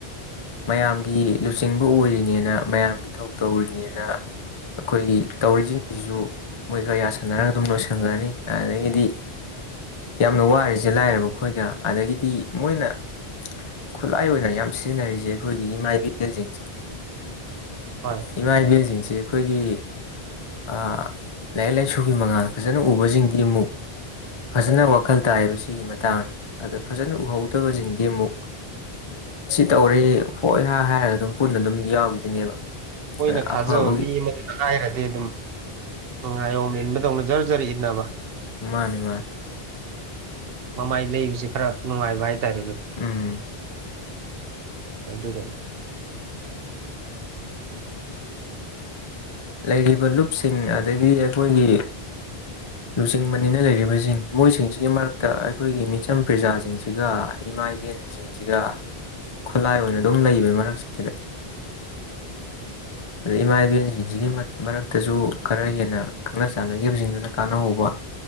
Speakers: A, on the left; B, on the right.
A: ꯃꯌꯥꯝꯒꯤ ꯂꯨꯆꯤꯡꯕ ꯑꯣꯏꯔꯤꯅꯦꯅ ꯃꯌꯥꯝꯒꯤ ꯊꯧ ꯇꯧꯔꯤꯅꯦꯅ ꯑꯩꯈꯣꯏꯒꯤ ꯇꯧꯔꯤꯁꯤꯡꯁꯤꯁꯨ ꯃꯣꯏꯈꯔꯥ ꯌꯥ ꯁꯟꯅꯔꯒ ꯑꯗꯨꯝ ꯂꯣꯏꯁꯟꯈ꯭ꯔꯅꯤ ꯑꯗꯩꯗꯤ ꯌꯥꯝꯅ ꯋꯥꯔꯤꯁ ꯖꯦ ꯂꯥꯏꯔꯕ ꯑꯩꯈꯣꯏꯒ ꯑꯗꯒꯤꯗꯤ ꯃꯣꯏꯅ ꯈꯨꯠꯂꯥꯏ ꯑꯣꯏꯅ ꯌꯥꯝ ꯁꯤꯖꯤꯟꯅꯔꯤꯁꯦ ꯑꯩꯈꯣꯏꯒꯤ ꯏꯃꯥ ꯏꯕꯦꯜꯁꯤꯡꯁꯦ
B: ꯍꯣꯏ
A: ꯏꯃꯥ ꯏꯕꯦꯜꯁꯤꯡꯁꯤ ꯑꯩꯈꯣꯏꯒꯤ ꯑꯥ ꯂꯥꯏꯔꯤꯛ ꯂꯥꯏꯁꯨꯒꯤ ꯃꯉꯥꯜ ꯐꯖꯅ ꯎꯕꯁꯤꯡꯗꯤ ꯑꯃꯨꯛ ꯐꯖꯅ ꯋꯥꯈꯜ ꯇꯥꯏꯕꯁꯤꯒꯤ ꯃꯇꯥꯡꯁꯦ ꯑꯗ ꯐꯖꯅ ꯎꯍꯧꯗꯕꯁꯤꯡꯗꯤ ꯑꯃꯨꯛ ꯁꯤ ꯇꯧꯔꯦ ꯍꯣꯏ ꯍꯥꯏ ꯍꯥꯏꯔꯒ ꯑꯗꯨꯝ ꯄꯨꯟꯅ ꯑꯗꯨꯝ ꯌꯥꯎꯈꯤꯗꯣꯏꯅꯦꯕ
B: ꯃꯣꯏꯅ ꯊꯥꯖꯕ
A: ꯑꯐꯕꯒꯤ
B: ꯃꯤ ꯑꯃꯗꯨꯅ ꯍꯥꯏꯔꯗꯤ ꯑꯗꯨꯝ ꯉꯥꯏꯌꯣꯝ ꯏꯟꯕꯗꯧꯅ ꯖꯔ ꯖꯔ ꯏꯟꯅꯕ
A: ꯃꯥꯅꯤ ꯃꯥꯅꯤ
B: ꯃꯃꯥꯏ ꯂꯩꯕꯁꯦ ꯈꯔ ꯅꯨꯡꯉꯥꯏꯕ ꯍꯥꯏꯇꯥꯔꯦꯅꯦ
A: ꯎꯝ
B: ꯑꯗꯨꯗ
A: ꯂꯩꯔꯤꯕ ꯂꯨꯞꯁꯤꯡ ꯑꯗꯒꯤ ꯑꯩꯈꯣꯏꯒꯤ ꯂꯨꯆꯤꯡꯕꯅꯦꯅ ꯂꯩꯔꯤꯕꯁꯤꯡ ꯃꯣꯏꯁꯤꯡꯁꯤꯒꯤ ꯃꯔꯛꯇ ꯑꯩꯈꯣꯏꯒꯤ ꯃꯤꯆꯝ ꯄ꯭ꯔꯖꯥꯁꯤꯡꯁꯤꯒ ꯏꯃꯥ ꯏꯕꯦꯟꯁꯤꯡꯁꯤꯒ ꯈꯨꯂꯥꯏ ꯑꯣꯏꯅ ꯑꯗꯨꯝ ꯂꯩꯕꯅꯦ ꯃꯔꯛꯁꯤꯗ ꯑꯗꯩ ꯏꯃꯥ ꯏꯕꯦꯟꯖ ꯒꯤ ꯃꯔꯛꯇꯁꯨ ꯈꯔ ꯍꯦꯟꯅ ꯈꯪꯅ ꯆꯥꯟꯅꯈꯤꯕꯁꯤꯡꯗꯨꯅ ꯀꯥꯟꯅꯍꯧꯕ